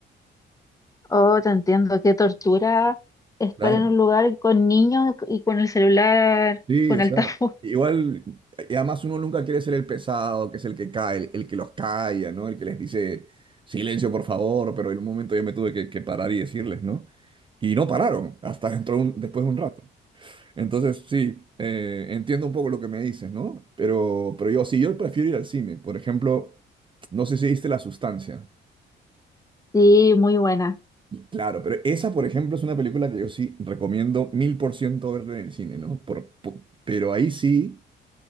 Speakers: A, on the left; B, on the right.
A: Oh, te entiendo, qué tortura estar
B: Claro.
A: en un lugar con niños y con el celular
B: Sí,
A: con
B: o
A: altavoz.
B: sea,
A: <laughs>
B: igual, y además uno nunca quiere ser el pesado, que es el que cae, el, el que los calla, ¿no? El que les dice, silencio, por favor, pero en un momento yo me tuve que, que parar y decirles, ¿no? Y no pararon, hasta dentro de un- después de un rato. Entonces, sí, eh, entiendo un poco lo que me dices, ¿no? Pero, pero yo sí, yo prefiero ir al cine. Por ejemplo, no sé si viste La Sustancia.
A: Sí, muy buena.
B: Claro, pero esa, por ejemplo, es una película que yo sí recomiendo mil por ciento verla en el cine, ¿no? Por, por- pero ahí sí.